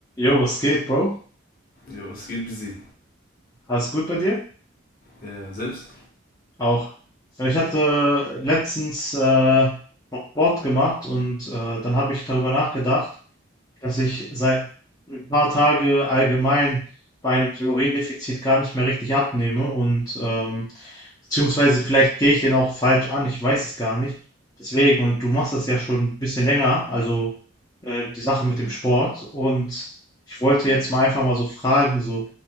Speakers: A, on the left; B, on the left.
A: Jo, was geht, Bro?
B: Jo, es geht busy.
A: Alles gut bei dir?
B: Äh, selbst.
A: Auch. Ja, Ich hatte letztens äh, noch Sport gemacht und äh, dann habe ich darüber nachgedacht, Dass ich seit ein paar Tage allgemein bei einem Kaloriendefizit gar nicht mehr richtig abnehme und, ähm beziehungsweise vielleicht gehe ich den auch falsch an, ich weiß es gar nicht. Deswegen und du machst das ja schon ein bisschen länger, also, äh, die Sache mit dem Sport und ich wollte jetzt mal einfach mal so fragen, so,